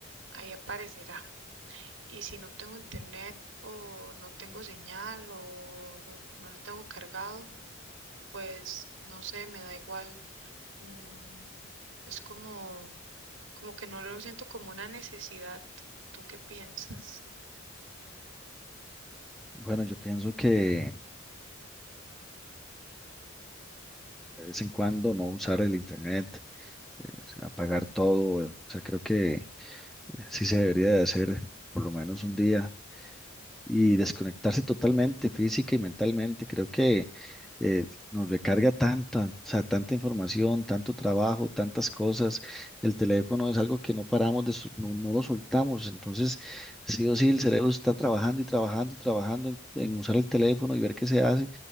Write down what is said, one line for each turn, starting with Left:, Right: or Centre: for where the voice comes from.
Right: ahí aparecerá. Y si no tengo internet o no tengo señal o no no lo tengo cargado, pues, no sé, me da igual. Mm, es como como que no lo siento como una necesidad. ¿Tú qué piensas?
Centre: Bueno, yo pienso que de vez en cuando no usar el internet, es apagar todo, o sea, creo que eh, sí se debería de hacer por lo menos un día, y desconectarse totalmente física y mentalmente. Creo que eh, nos recarga tanta, o sea, tanta información, tanto trabajo, tantas cosas. El teléfono es algo que no paramos de, sol- no, no lo soltamos. Entonces, sí o sí, el cerebro está trabajando y trabajando y trabajando en, en usar el teléfono y ver qué se hace.